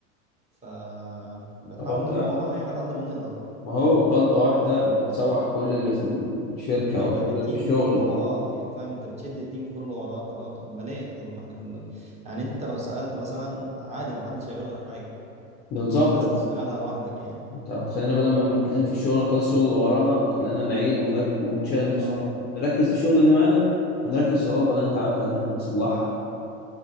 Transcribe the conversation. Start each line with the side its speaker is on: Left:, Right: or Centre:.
Right: ف بنحاول
Left: طب هو
Right: نلم
Left: يا عم
Right: وراه يعني على قد ما نقدر
Left: ما هو غلطه واحده بتسوح كل اللي في الشركه
Right: ايوه
Left: او كل
Right: يعني التيم
Left: اللي في الشغل
Right: كله وراه يعني فاهم انت بتشد التيم كله وراك اللي هو طب ما ليه طب ما احنا كنا يعني انت لو سألت مثلا عادي ما حدش هيقول لك حاجة
Left: بالظبط
Right: مش لازم تشتغلها لوحدك يعني
Left: طب تخلينا بدل ما مركزين في الشغل نخلص الشغل اللي ورانا تخلينا نعيد ونرك- ونتش- نتش-
Right: اه
Left: نركز في الشغل اللي معانا ونركز في الغلطة اللي انت عملتها ان احنا نصلحها